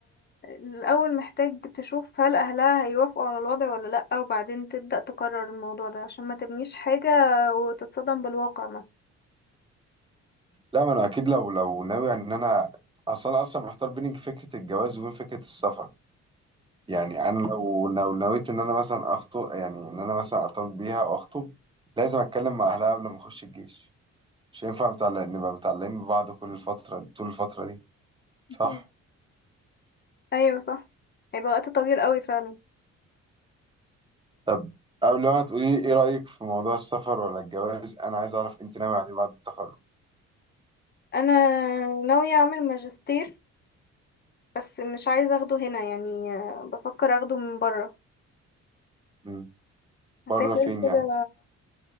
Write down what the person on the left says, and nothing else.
الاول محتاج تشوف هل اهلها هيوافقوا على الوضع ولا لا وبعدين تبدا تقرر الموضوع ده عشان ما تبنيش حاجه وتتصدم بالواقع مثلا
أكيد. ايوه صح هيبقى وقت طويل قوي فعلا
انا ناويه اعمل ماجستير بس مش عايزه اخده هنا يعني بفكر اخده من بره
هسافر
كده